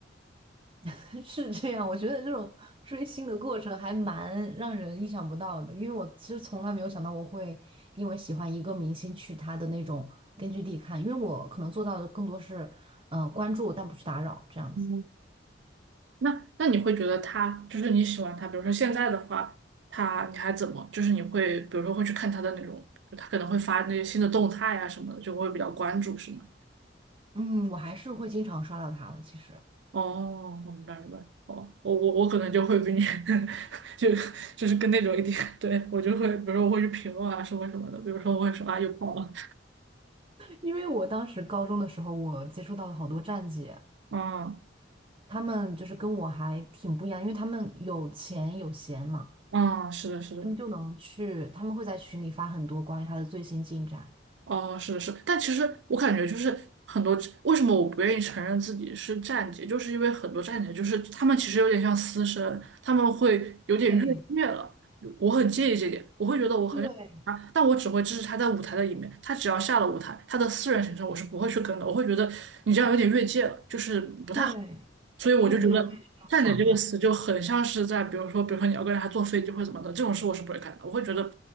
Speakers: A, on the right; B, on the right.
A: <laughs> 是这样，我觉得这种追星的过程还蛮让人意想不到的，因为我其实从来没有想到我会因为喜欢一个明星去他的那种根据地看，因为我可能做到的更多是，嗯、关注但不去打扰这样子。
B: 嗯。那那你会觉得他就是你喜欢他，比如说现在的话，他你还怎么？就是你会比如说会去看他的那种，就他可能会发那些新的动态啊什么的，就会比较关注，是吗？
A: 嗯，我还是会经常刷到他的，其实，
B: 哦，我明白明白。哦，我我我可能就会比你 <laughs> 就就是跟那种一点，<laughs> 对我就会，比如说我会去评论啊，什么什么的，比如说我会说啊又爆了，
A: 因为我当时高中的时候，我接触到了好多站姐，
B: <laughs> 嗯
A: 他们就是跟我还挺不一样，因为他们有钱有闲嘛，
B: 嗯，是的是的，
A: 他们就能去，他们会在群里发很多关于他的最新进展。
B: 哦，是的，是的但其实我感觉就是很多，为什么我不愿意承认自己是站姐，就是因为很多站姐就是他们其实有点像私生，他们会有点越界了，
A: 哎，
B: 我很介意这点，我会觉得我很啊，
A: 对，
B: 但我只会支持他在舞台的一面。他只要下了舞台，他的私人行程我是不会去跟的。我会觉得你这样有点越界了，就是不太好。
A: 对
B: 所以我就觉得“站点”这个词就很像是在，
A: 对对，我也是这样想的。
B: 比如说，比如说你要跟人家坐飞机或者怎么的，这种事我是不会干的。我会觉得，